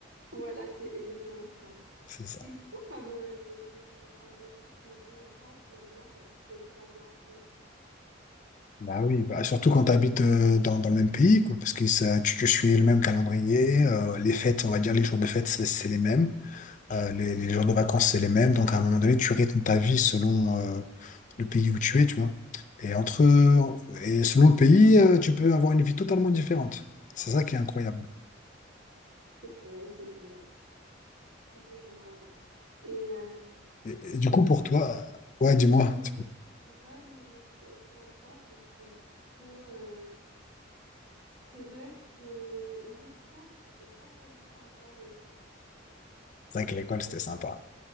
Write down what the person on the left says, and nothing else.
C'est ça.
Bah oui, bah, surtout quand tu habites euh, dans, dans le même pays, quoi, parce que ça- tu, tu suis le même calendrier. euh, les fêtes, on va dire, les jours de fête, c'est c'est les mêmes. euh, les, les jours de vacances, c'est les mêmes. Donc, à un moment donné, tu rythmes ta vie selon euh, le pays où tu es, tu vois. Et, entre, et selon le pays, euh, tu peux avoir une vie totalement différente. C'est ça qui est incroyable.
Et- et
du coup, pour
toi, euh, ouais, dis-moi.
tu-
C'est
vrai que l'école, c'était
sympa.